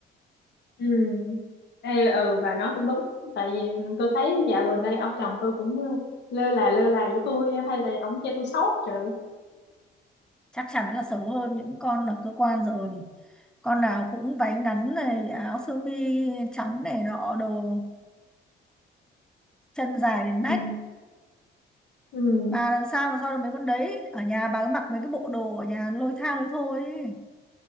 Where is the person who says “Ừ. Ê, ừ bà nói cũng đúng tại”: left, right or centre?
Left